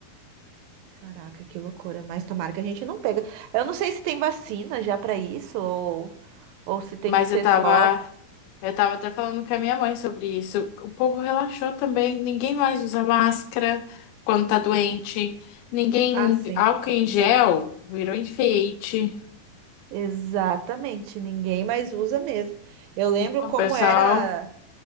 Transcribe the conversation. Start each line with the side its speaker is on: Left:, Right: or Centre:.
Right: Caraca, que loucura. Mas tomara que a gente não pega. Eu não sei se tem vacina já pra isso ou, ou se tem
Left: Mas
Right: que ser
Left: eu tava,
Right: só.
Left: eu tava até falando com a minha mãe sobre isso. O povo relaxou também, ninguém mais usa máscara quando tá doente. Ninguém,
Right: Ah, sim.
Left: álcool em gel virou enfeite.
Right: Exatamente, ninguém mais usa mesmo. Eu lembro
Left: Não,
Right: como
Left: pessoal.
Right: era